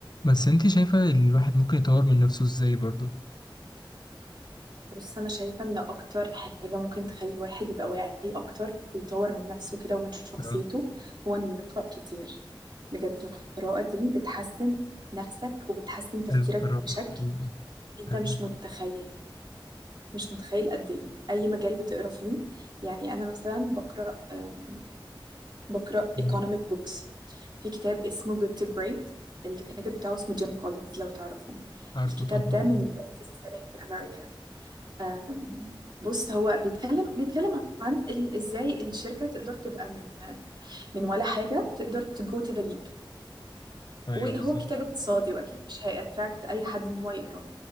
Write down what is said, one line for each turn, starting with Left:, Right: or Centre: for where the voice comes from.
Left: بس انت شايفة الواحد ممكن يطور من نفسه ازاي برضو
Right: بص انا شايفه ان اكتر حاجه ممكن تخلي الواحد يبقى واعي اكتر ويطور من نفسه كده ومن شخصيته
Left: اه
Right: هو انه يقرا كتير بجد القراءه دي بتحسن نفسك وبتحسن تفكيرك
Left: القراءة
Right: بشكل
Left: حقيقي
Right: انت
Left: فعلا
Right: مش متخيل مش متخيل قد ايه اي مجال بتقرا فيه يعني انا مثلا بقرا أم، بقرا
Left: مم.
Right: economic books في كتاب اسمه Good to Great الكاتب بتاعه اسمه جيم كولينز لو تعرفه
Left: عارفه
Right: الكتاب
Left: طبعا
Right: ده من البست سيلينج في امريكا آم، بص هو بيتكلم بيتكلم عن ال- ازاي الشركه تقدر تبقى من من ولا حاجه تقدر تجو تو ذا ليب
Left: اه ايوه
Right: وهو
Left: بالظبط
Right: كتاب اقتصادي واكيد مش هيأتراكت اي حد ان هو يقراه